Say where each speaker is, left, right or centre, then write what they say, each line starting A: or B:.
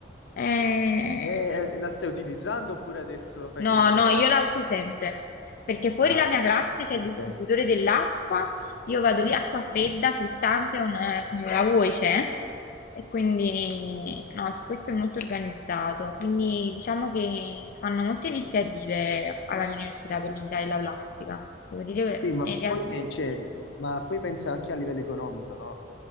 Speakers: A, on the left; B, on the left.
A: Eh,
B: Eh, eh, la stai utilizzando oppure adesso fai
A: No,
B: come...
A: no, io la uso sempre perché fuori
B: Brava.
A: la mia classe c'è
B: Ok.
A: il distributore dell'acqua, io vado lì, acqua fredda, frizzante, un- eh, come la vuoi c'è, e quindi no, su questo è molto organizzato, quindi diciamo che fanno molte iniziative alla mia università per limitare la plastica, devo dire
B: Sì, ma
A: che in
B: poi,
A: realtà...
B: eh, cioè, ma poi pensa anche a livello economico, no?